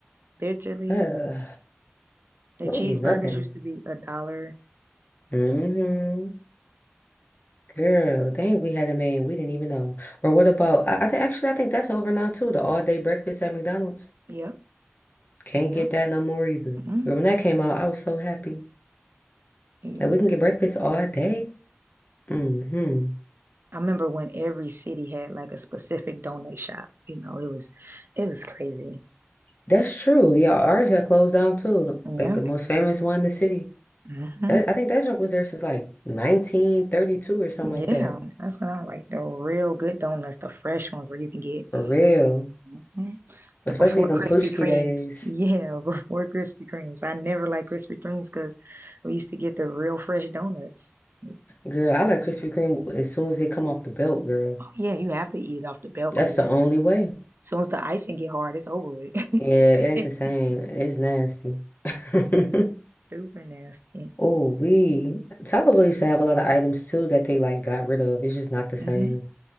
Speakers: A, on the right; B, on the left.
A: literally,
B: Ugh.
A: the
B: we
A: cheeseburgers
B: don't get nothing.
A: used to be a dollar.
B: hmm Girl, dang, we had a man we didn't even know. Or what about, I, I think actually I think that's over now too, the all day breakfast at McDonald's.
A: Yep,
B: Can't
A: yep,
B: get that no more either.
A: mm
B: Girl, when that came out, I was so happy.
A: yep.
B: that we can get breakfast all day. hmm
A: I remember when every city had like a specific donut shop. You know, it was it was crazy.
B: That's true. Yeah, ours had closed down too. the-
A: Yep.
B: Like the most famous one in the city.
A: hmm
B: That I think that junk was there since like 1932 or something
A: Yeah,
B: like that.
A: that's when I like the real good donuts, the fresh ones where you can get
B: For real.
A: Mhm. So
B: Especially
A: before
B: them
A: Krispy
B: Pushki
A: Kremes,
B: days.
A: yeah, <laughs> before Krispy Kremes, I never liked Krispy Kremes because we used to get the real fresh donuts. Like,
B: Girl, I like Krispy Kreme as soon as they come off the belt, girl.
A: Oh yeah, you have to eat it off the belt
B: That's
A: because as
B: the only way.
A: soon as the icing get hard, it's over with.
B: Yeah, it ain't
A: <laughs>
B: the same. It's nasty. <laughs>
A: Super nasty.
B: Oh, we Taco Bell used to have a lot of items too that they like got rid of. It's just not the same.
A: hmm